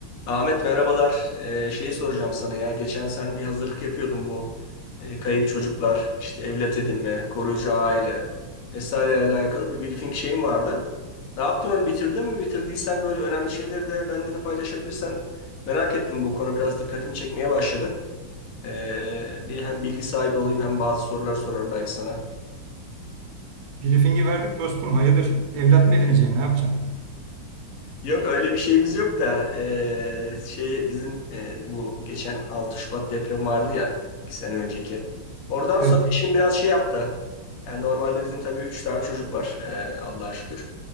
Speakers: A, on the left (about 75°); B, on the right (about 70°).
A: Ahmet merhabalar. Ee, şeyi soracağım sana ya. Geçen sen bir hazırlık yapıyordun bu e, kayıp çocuklar, işte evlat edinme, koruyucu aile vesaire alakalı bir briefing şeyin vardı. Ne yaptın onu bitirdin mi? Bitirdiysen böyle önemli şeyleri de benimle de paylaşabilirsen merak ettim bu konu biraz dikkatimi çekmeye başladı. Ee, bir hem bilgi sahibi olayım hem bazı sorular sorarım belki sana.
B: Briefing'i verdik dostum. Hayırdır? Evlat mı edineceksin? Ne yapacaksın?
A: Yok öyle bir şeyimiz yok da eee, şey bizim eee, bu geçen 6 Şubat depremi vardı ya 2 sene önceki. Oradan
B: Evet.
A: sonra işim biraz şey yaptı. Yani normalde bizim tabii 3 tane çocuk var eee, Allah'a şükür.